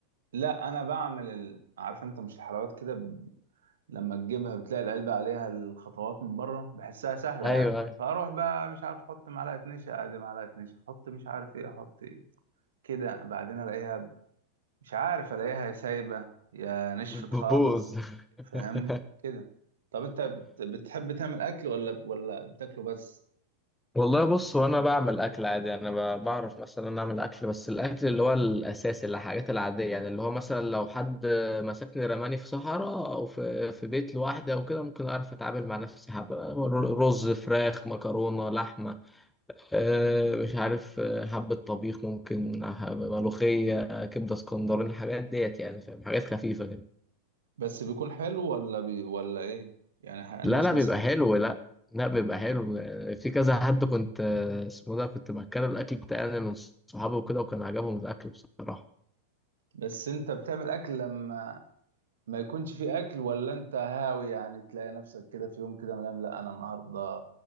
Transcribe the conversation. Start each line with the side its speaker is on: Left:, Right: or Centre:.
Right: لا انا بعمل ال... عارف انت مش الحلويات كده ب... لما تجيبها بتلاقي العلبة عليها الخطوات من بره بحسها سهلة
Centre: ايوه
Right: يعني
Centre: أيوة.
Right: فاروح بقى مش عارف احط معلقة نشا ادي معلقة نشا احط مش عارف ايه احط ايه كده بعدين الاقيها مش عارف الاقيها يا سايبة يا نشفت
Centre: بتبوظ
Right: خالص فاهمني
Centre: <laughs>
Right: كده طب انت بت- بتحب تعمل اكل ولا ولا بتاكله بس
Centre: والله بص وانا بعمل اكل عادي انا ب- بعرف مثلا اعمل اكل بس الاكل اللي هو الاساسي اللي الحاجات العاديه يعني اللي هو مثلا لو حد مسكني رماني في صحراء او في في بيت لوحدي او كده ممكن اعرف اتعامل مع نفسي حبه رز فراخ مكرونه لحمه آه، مش عارف آه، حبه طبيخ ممكن آه، ملوخيه كبده اسكندراني الحاجات ديت يعني فاهم حاجات خفيفه كده
Right: بس بيكون حلو ولا بي... ولا ايه يعني ه- الناس
Centre: لا لا
Right: مثلا
Centre: بيبقى حلو لا لا بيبقى حلو في كذا حد كنت آه، اسمه ده كنت مأكله الأكل بتاعي أنا من صحابي وكده وكان عجبهم الأكل بصراحة
Right: بس انت بتعمل اكل لما ما يكونش في اكل ولا انت هاوي يعني تلاقي نفسك كده في يوم كده ملام لا انا النهارده